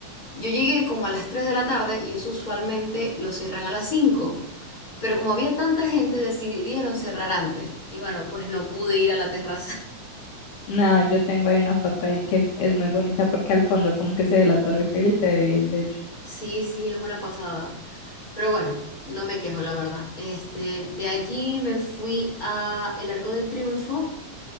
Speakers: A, on the left; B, on the left.
A: yo llegué como a las 3 de la tarde y eso usualmente lo cierran a las 5, pero como había tanta gente, decidieron cerrar antes. Y bueno, pues no pude ir a la terraza. <laughs>
B: no, yo tengo ahí una foto ahí que f- es muy bonita porque al fondo como que se ve la Torre Eiffel y se ve bien bello.
A: Sí, sí, es una pasada. Pero bueno, no me quejo, la verdad. Este, de allí me fui a el Arco del Triunfo,